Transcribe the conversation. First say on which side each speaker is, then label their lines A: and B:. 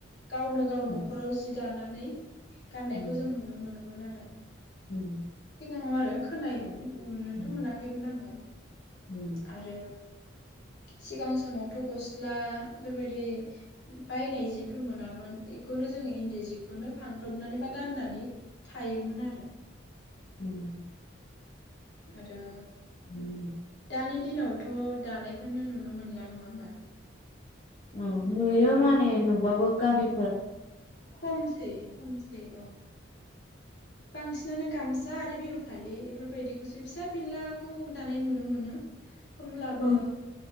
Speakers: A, on the left (about 55°); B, on the left (about 35°).
A: गावनो गाव न
B: उम,
A: जि दानानै गाननायखौ
B: उम,
A: जों नुनो मोनोमोन आरो। उम
B: <inaudible>
A: <unintelligible> खोनायोमोन नुनोथ'
B: उम,
A: मोनाखैमोन आङो
B: उम,
A: आरो सिगां समावथ' गस्ला बेफोरबायदि बायनाय जिफोर मोनामोन बेखौनो जोङो इन्दि जिखौनो फांफ्र्रबनानै बा गाननानै थायोमोन आरो
B: <inaudible>
A: आरो
B: ओम
A: दानि दिनावथ' दानायखौनो नुनो मोनला नङा होमबा
B: अ नुयो माने नुबुबाबो गामि
A: खमसै खमसै औ बांसिनानो गामसा आरो बि फलि बेफोरबायदिखौसो फिसा फिलाखौ दानाय नुनो मोनो। होमब्लाबो
B: औ